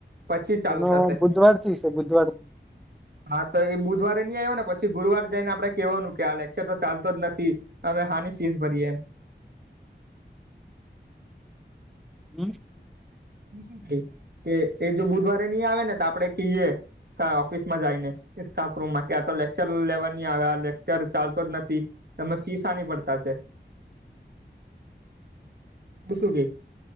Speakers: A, on the right (about 60°); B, in the centre.
A: પછી ચાલુ
B: એનો
A: થશે
B: બુધવાર થી છે બુધવારથી
A: હા તો એ બુધવારે ની આવ્યો ને પછી ગુરવાર જઈ ને આપણે કહેવાનું કે આ લેક્ચર તો ચાલતો જ નથી. અમે હાનિ ફીસ ભરી એમ
B: હમ
A: શું થ કે એ જો બુધવારે નહી આવે ને તો આપડે કહીએ. ત્યાં ઓફિસ માં જઈ ને સ્ટાફ રૂમમાં કે આ તો લેક્ચર લેવાની આવે લેક્ચર ચાલતો જ નથી. તમે ફી સાની ભરતા છે.
B: <inaudible>
A: તો શું કે.